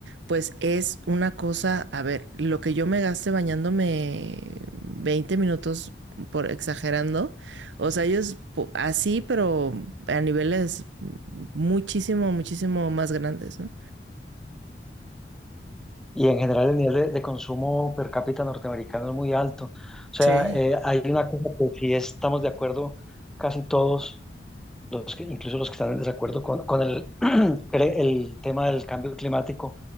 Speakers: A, on the right (about 80°); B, in the centre.
A: pues es una cosa, a ver, lo que yo me gaste bañándome 20 minutos por exagerando, o sea, ellos po- así, pero a niveles muchísimo, muchísimo más grandes, ¿no?
B: Y en general el nivel de, de consumo per cápita norteamericano es muy alto. O sea,
A: Sí.
B: eh, hay una cosa que sí estamos de acuerdo casi todos, los que, incluso los que están en desacuerdo con, con el, <clears throat> cre- el tema del cambio climático,